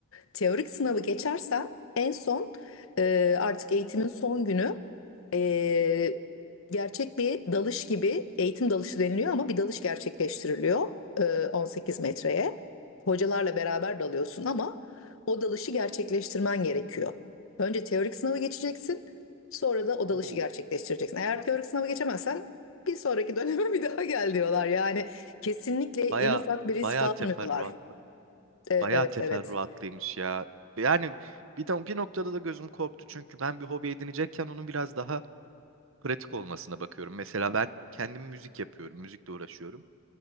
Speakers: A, on the left; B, on the right.
A: Teorik sınavı geçersen en son e, artık eğitimin son günü e, gerçek bir dalış gibi eğitim dalışı deniliyor ama bir dalış gerçekleştiriliyor e, 18 metreye. Hocalarla beraber dalıyorsun ama o dalışı gerçekleştirmen gerekiyor. Önce teorik sınavı geçeceksin, sonra da o dalışı
B: Oo,
A: gerçekleştireceksin. Eğer teorik sınavı geçemezsen bir sonraki döneme <laughs> bir daha gel diyorlar. Yani Kesinlikle en
B: baya
A: ufak bir risk
B: baya
A: almıyorlar.
B: teferruat.
A: E, evet
B: Bayağı teferruatlıymış
A: evet.
B: ya. Yani bir, de- bir noktada da gözüm korktu çünkü ben bir hobi edinecekken onun biraz daha pratik olmasına bakıyorum. Mesela ben kendim müzik yapıyorum, müzikle uğraşıyorum.